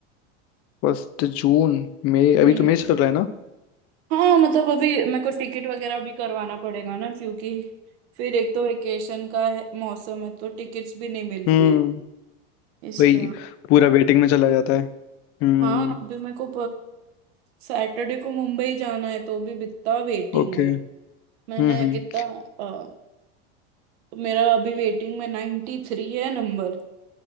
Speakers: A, on the left (about 45°); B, on the right (about 75°).
A: First June मई
B: हम्म
A: अभी तो मई चल रहा है ना
B: हाँ मतलब अभी मेरे को टिकट वगैरह भी करवाना पड़ेगा ना क्योंकि फिर एक तो वेकेशन का है, मौसम है तो टिकट्स भी नहीं मिलती
A: हम्म
B: इसलिए
A: वही पूरा वेटिंग में चला जाता है हम्म
B: हाँ अभी मेरे को सैटरडे को मुंबई जाना है तो भी कितना वेटिंग
A: ओके
B: है
A: हम्म
B: मैंने
A: हम्म
B: कितना अ, मेरा अभी वेटिंग में नाइन्टी थ्री है नंबर